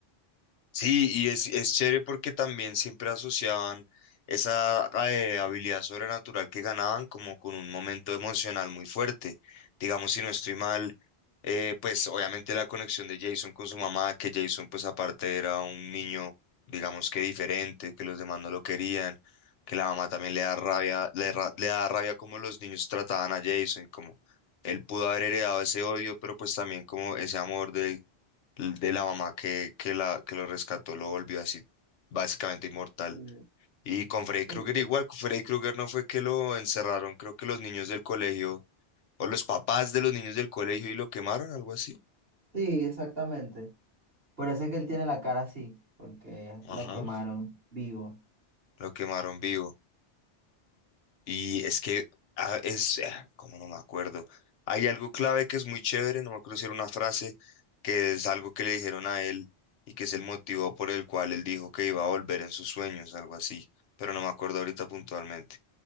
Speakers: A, on the left (about 80°); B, on the right (about 55°).
A: Sí, y es, es chévere porque también siempre asociaban esa eh, habilidad sobrenatural que ganaban como con un momento emocional muy fuerte. Digamos, si no estoy mal. Eh, pues obviamente la conexión de Jason con su mamá, que Jason pues aparte era un niño, digamos que diferente, que los demás no lo querían, que la mamá también le da rabia, le, ra- le da rabia como los niños trataban a Jason, como él pudo haber heredado ese odio, pero pues también como ese amor de, de la mamá que, que, la, que lo rescató, lo volvió así básicamente inmortal.
B: Mm,
A: Y con Freddy Krueger
B: Sí,
A: igual, con Freddy Krueger no fue que lo encerraron, creo que los niños del colegio, o los papás de los niños del colegio y lo quemaron, algo así.
B: sí, exactamente. Por eso es que él tiene la cara así, porque
A: Ajá,
B: lo quemaron vivo.
A: lo quemaron vivo. Y es que ah, es, ah, como no me acuerdo, hay algo clave que es muy chévere, no me acuerdo si era una frase, que es algo que le dijeron a él y que es el motivo por el cual él dijo que iba a volver en sus sueños, algo así, pero no me acuerdo ahorita puntualmente.